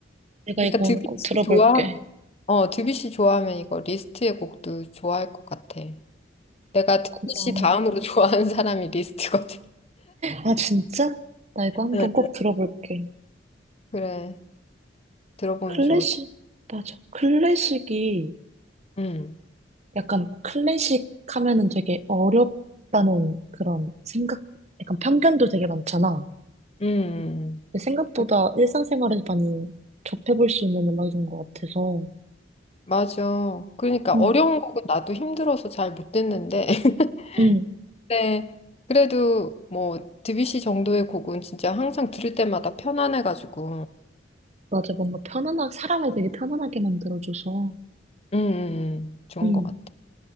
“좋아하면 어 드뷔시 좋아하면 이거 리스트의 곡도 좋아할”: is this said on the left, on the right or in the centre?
Left